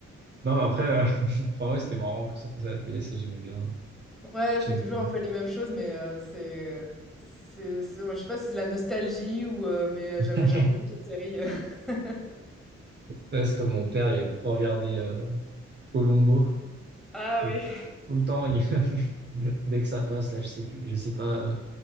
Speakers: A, on the right; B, in the centre.
A: Non, mais après, euh, <laughs> enfin, ouais, c'était marrant quand ça passait à la télé, ça j'aimais bien.
B: Ouais,
A: J'aimais
B: c'est toujours
A: bien.
B: un peu les mêmes choses, mais heu, c'est c'est c'est ouais, je sais pas si c'est la nostalgie ou heu, mais
A: <laughs>
B: euh, j'aime j'aime beaucoup cette série, heu, <laughs>
A: Ouais, C'est comme mon père, il aime trop regarder euh, Columbo.
B: Ah
A: Tout,
B: oui.
A: tout le temps, il- <laughs> dès que ça passe, là, je sais plus, je sais pas, euh,